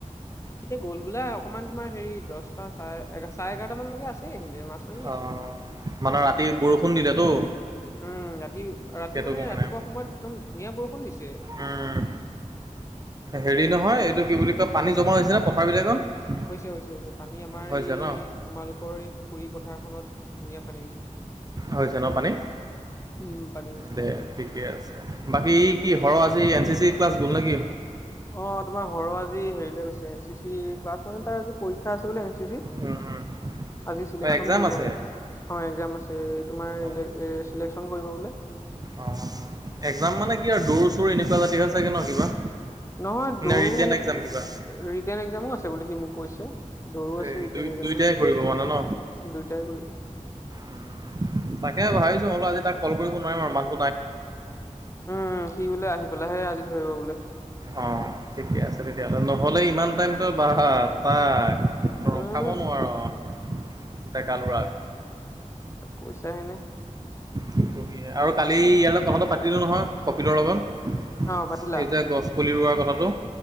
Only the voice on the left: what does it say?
এতিয়া গ'ল বোলে অকমান তোমাৰে হেৰী দহটা চাৰে-চাৰে এঘাৰটা মানলৈকে আছে মাছ মাৰিয়ে
আছে
উম, ৰাতি ৰাতি
মানে
ৰাতিপুৱা সময়ত একদম ধুনীয়া বৰষুণ দিছে।
হৈছে হৈছে হৈছে পানী আমাৰ
এই
তোমালোকৰ এই পুখুৰী পথাৰখনত ধুনীয়া পানী হৈছে।
উম পানী হৈছে
অ তোমাৰ হৰ আজি হেৰিলৈ গৈছে এন চি চি ক্লাছ মানে তাৰ পৰীক্ষা আছে <unintelligible>
আজি চিলেকচন
কৰিব
আৰু অ একজাম আছে এ, তোমাৰ
চিলেকন কৰিব বোলে।
নহয় দৌৰ,
ৰিটেৰ্ণ
একজামো আছে বুলি সি মোক কৈছে। দৌৰো আছে
ৰিটেন
একজামো
আছে
দুয়টাই কৰিব।
উম, সি বোলে আহি পেলাইহে আজি ধৰিব বোলে।
উম
কৈছা হেনে
আহ, পাটিলা?